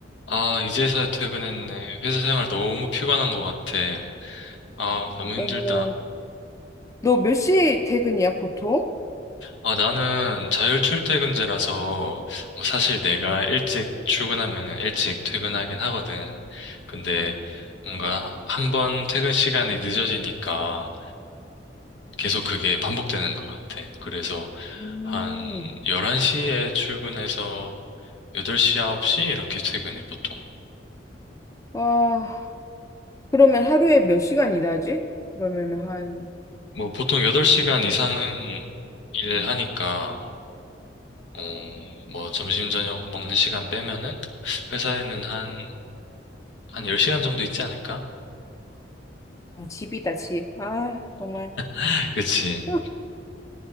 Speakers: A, on the left; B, on the left.
A: 아, 이제서야 퇴근했네. 회사 생활 너무 피곤한 것 같아. 아, 너무 힘들다.
B: 어, 너 몇 시 퇴근이야, 보통?
A: 아, 나는 자율 출퇴근제라서, 뭐 사실 내가 일찍 출근하면은 일찍 퇴근하긴 하거든. 근데 뭔가 한 번 퇴근 시간이 늦어지니까 계속 그게 반복되는 것 같아. 그래서
B: 음.
A: 한 11시에 출근해서 8시, 9시 이렇게 퇴근해, 보통.
B: 아, 그러면 하루에 몇 시간 일하지? 그러면 한,
A: 뭐 보통 8시간 이상은 일하니까 어, 뭐 점심 저녁 먹는 시간 빼면은 회사에는 한, 한 10시간 정도 있지 않을까?
B: 아, 집이다, 집. 아, 정말.
A: <laughs> 그치.
B: <laughs>